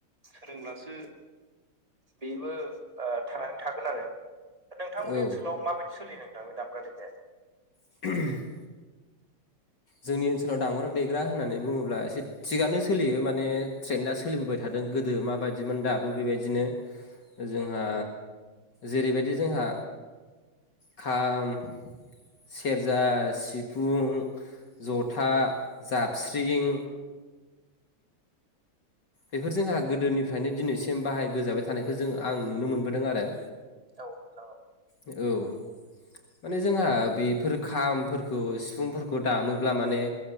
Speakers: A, on the right; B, on the left.
A: सोलोंब्लासो बेबो ओ थांनानै थागोन आरो नोंथांमोननि
B: औ
A: ओनसोलाव माबायदि सोलियो नोंथां दामग्रा देग्राया
B: <inaudible> जोंनि ओनसोलाव दामग्रा देग्रा होननानै बुङोब्ला एसे थिगानो सोलियो माने ट्रेनदा सोलिबोबाय थादों गोदो माबायदिमोन दाबो बेबायदिनो जोंहा जेरैबायदि जोंहा खाम सेरजा सिफुं जथा जाबस्रिं
A: <inaudible>
B: बेफोर जोंहा गोदोनिफ्रायनो दिनैसिम बाहायबोजाबाय थानायखौ जों आं नुनो मोनबोदों आरो
A: औ नोंथां औ
B: औ माने जोंहा बेफोर खामफोरखौ सिफुंफोरखौ दामोब्ला माने